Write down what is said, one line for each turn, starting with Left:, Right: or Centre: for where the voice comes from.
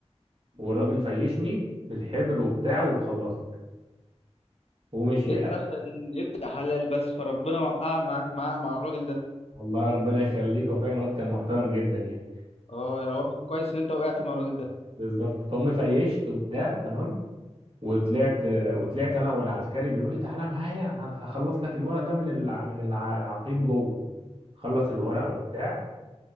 Right: والراجل فيشني بالحبر وبتاع وخلصني ومشي
Left: انت عشان يبدأ حلال بس فربنا وقع معاك معاه مع الراجل ده
Right: والله ربنا يخليك هو فعلا الواد كان محترم جدا يعني
Left: اه يا هو كويس ان انت وقعت مع الراجل ده
Right: بالظبط فهم فيشت وبتاع تمام وطلعت وطلعت انا والعسكري بيقول لي تعالى معايا هخلص لك الورق ده من الع... من العقيد جوه خلص الورق وبتاع